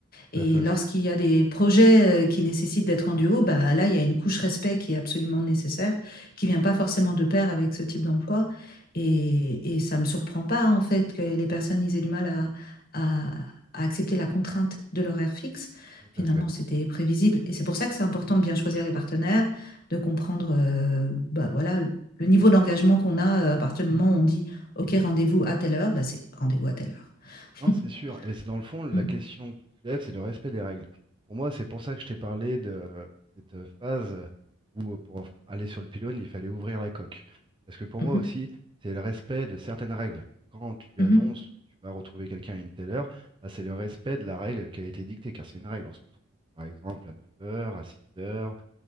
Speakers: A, on the right (about 25°); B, on the left (about 45°).
A: Tout
B: Et
A: à fait,
B: lorsqu'il y a des projets, heu, qui nécessitent d'être en duo, bah, là, il y a une couche respect qui est absolument nécessaire, qui vient pas forcément de pair avec ce type d'emploi et et ça me surprend pas, en fait, que les personnes, ils aient du mal à à à accepter la contrainte de l'horaire fixe.
A: tout
B: Finalement,
A: à fait.
B: c'était prévisible et c'est pour ça que c'est important de bien choisir les partenaires, de comprendre, heu, bah, voilà, le niveau d'engagement qu'on a, heu, à partir du moment où on dit: «OK, rendez-vous à telle heure», bah, c'est rendez-vous à telle heure. <laughs>
A: Non, c'est sûr. Et c'est dans le fond, la
B: Mmh.
A: question que tu soulèves, c'est le respect des règles. Pour moi, c'est pour ça que je t'ai parlé de euh, cette euh, phase où, euh, pour affron- aller sur le pylône, il fallait ouvrir la coque. Parce que pour
B: Mmh
A: moi
B: mh.
A: aussi, c'est le respect de certaines règles. Quand tu
B: Mmh
A: annonces que tu vas retrouver quelqu'un à une telle heure, bah, c'est le respect de la règle qui a été dictée, car c'est une règle. On se retrouve, par exemple, à neuf heures, à six heures.